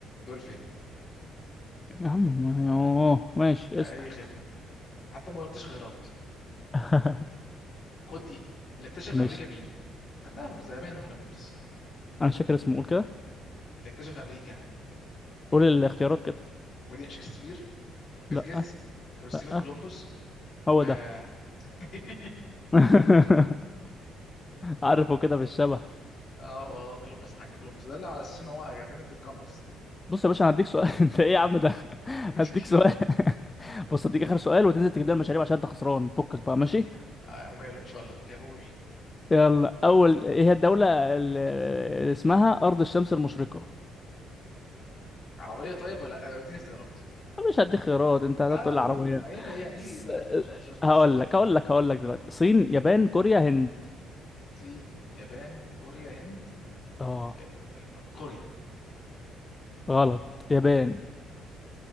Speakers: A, on the left (about 55°); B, on the left (about 25°).
A: دول فين
B: يا عم ما- اوه ماشي
A: آه،
B: اسأل
A: اي خدمة حتى ما قلتش خيرات
B: <laughs>
A: خد دي اللي اكتشف
B: ماشي
A: امريكا مين خدناها في زمان واحنا بندرس
B: انا مش فاكر اسمه قول كده
A: اللي اكتشف امريكا
B: قول الاختيارات كده
A: ويليام شكسبير بيل
B: لا
A: جيتس كريستوفر
B: لا
A: كولومبوس
B: هو
A: اه
B: ده
A: <laughs>
B: <laughs> عارفه كده بالشبه
A: اه آه، كولومبوس الحاج كولومبوس ده اللي على اساس ان هو فاهم انت الكومباس
B: بص يا باشا انا هديك سؤال <laughs> انت ايه يا عم ده <laughs>
A: <laughs>
B: هديك سؤال <laughs> بص هديك اخر سؤال وتنزل تجيب لي المشاريب عشان انت خسران فكك بقى ماشي
A: آه وماله ان شاء الله كهول
B: يلا اول ايه هي الدولة اللي اسمها ارض الشمس المشرقة
A: عربيه طيب ولا آه، اديني اختيارات
B: مش هديك خيارات انت هتقول
A: لا لا قول
B: لي عربية
A: قول ما ايه ما ايه يعني
B: س-
A: ايه بلد ش- ش-
B: هقول
A: مشتقه دي
B: لك هقول لك هقول لك دلوقتي صين يابان كوريا هند
A: الصين يابان كوريا هند
B: اه
A: آه، الم- كوريا
B: غلط يابان